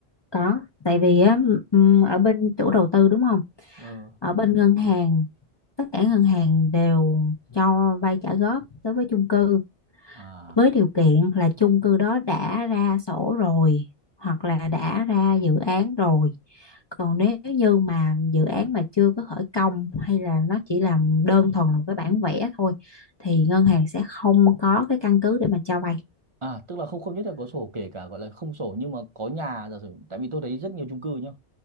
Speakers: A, on the left (about 30°); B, on the right (about 40°).
A: có tại vì á ừm, ở bên chủ đầu tư đúng không
B: ờ
A: ở bên ngân hàng tất cả ngân hàng đều cho vay trả góp đối với chung cư
B: à
A: với điều kiện là chung cư đó đã ra sổ rồi hoặc là đã ra dự án rồi còn nếu như mà dự án mà chưa có khởi công hay là nó chỉ là đơn thuần là một cái bản vẽ thôi thì ngân hàng sẽ không có cái căn cứ để mà cho vay
B: À, tức là không không nhất là có sổ kể cả gọi là không sổ nhưng mà có nhà giả sử tại vì tôi thấy rất nhiều chung cư nhá.